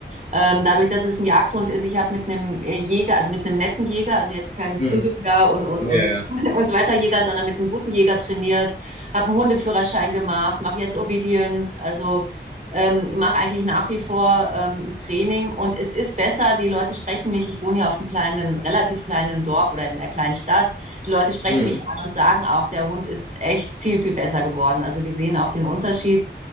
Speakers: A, on the right; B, on the left.
A: Ähm, dadurch, dass es ein Jagdhund ist, ich habe mit einem Jäger, also mit einem netten Jäger, also jetzt kein
B: Mhm.
A: Prügelnder und, und,
B: Ja,
A: und,
B: ja.
A: <laughs> und so weiter Jäger, sondern mit einem guten Jäger trainiert, habe einen Hundeführerschein gemacht, mache jetzt Obedience, also ähm, ich mache eigentlich nach wie vor ähm, Training und es ist besser, die Leute sprechen mich, ich wohne hier auf einem kleinen, relativ kleinen Dorf oder in einer kleinen Stadt, die Leute sprechen
B: Mhm.
A: mich an und sagen auch, der Hund ist echt viel, viel besser geworden. Also die sehen auch den Unterschied.